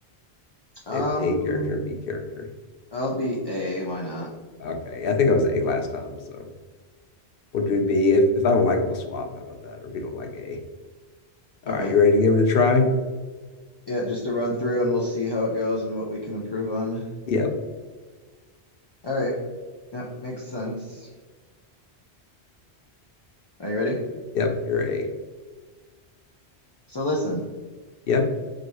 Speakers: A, on the left; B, on the left.
A: Um,
B: If A character and B character.
A: I'll be A. Why not?
B: Okay. I think I was A last time, so. We'll do B. If if I don't like it, we'll swap. How about that? Or if you don't like A. All
A: Okay.
B: right, you ready to give it a try?
A: Yeah, just a run through and we'll see how it goes and what we can improve on.
B: Yep.
A: All right. That makes sense. Are you ready?
B: Yep, you're A.
A: So listen,
B: Yep.